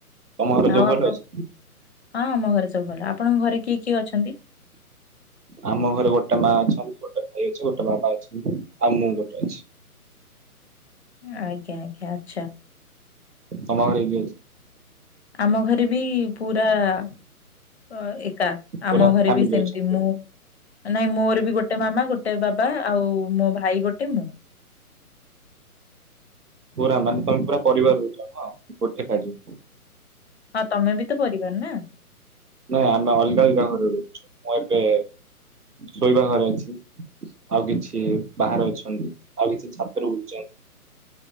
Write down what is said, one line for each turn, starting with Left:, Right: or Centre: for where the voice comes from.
Right: ତମ ଘରେ ସବୁ
Left: ଆଉ ଆପଣ
Right: ଭଲ ଅଛି?
Left: ହଁ ଆମ ଘରେ ସବୁ ଭଲ ଆପଣଙ୍କ ଘରେ କିଏ କିଏ ଅଛନ୍ତି?
Right: ଆମ ଘରେ ଗୋଟେ ମା ଅଛନ୍ତି, ଗୋଟେ ଭାଇ ଅଛି ଗୋଟେ ବାବା ଅଛନ୍ତି ଆଉ ମୁଁ ଗୋଟେ ଅଛି।
Left: ଆଜ୍ଞା ଆଜ୍ଞା ଆଛା।
Right: ତମ ଘରେ କିଏ ଅଛି?
Left: ଆମ ଘରେ ବି ପୁରା ହ ଏ କା
Right: ପୁରା
Left: ଆମ ଘରେ
Right: ଫ୍ୟାମିଲି
Left: ବି ସେମତି
Right: ଅଛନ୍ତି।
Left: ମୁଁ ନାଇଁ ମୋର ବି ଗୋଟେ ମାମା ଗୋ ଟେ ବାବା ଆଉ ମୋ ଭାଇ ଗୋଟେ ମୁଁ।
Right: ପୁରା ମାନେ ତମେ ପୁରା ପରିବାର ରହୁଚ ହଁ ଗୋଟେ ସାରି।
Left: ହଁ ତମେ ବି ତ ପରିବାର ନା
Right: ନାଇଁ ଆମ ଅଲଗା ଅଲଗା ଘରେ ରହୁଚୁ। ମୁଁ ଏବେ ଶୋଇବା ଘରେ ଅଛି। ଆଉ କିଛି ବାହାରେ ଅଛନ୍ତି ଆଉ କିଛି ଛାତରେ ଉଠୁଛନ୍ତି।